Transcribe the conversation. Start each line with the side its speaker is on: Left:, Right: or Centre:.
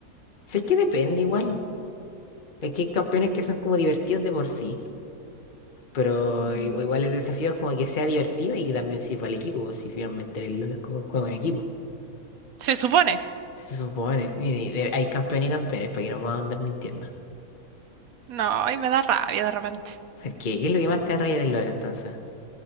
Left: Sé que depende igual. Es que hay campeones que son como divertidos de por sí. Pero
Right: Ujú.
Left: i- igual el desafío es como que sea divertido y que también sirva al equipo. pues, Si finalmente el LoL es como un juego en equipo.
Right: Se supone.
Left: Se supone. Y de- hay campeones y campeones para que no puedan andar mintiendo.
Right: No, y me da rabia de repente
Left: Porque, ¿qué es lo que más te da rabia del LoL entonces?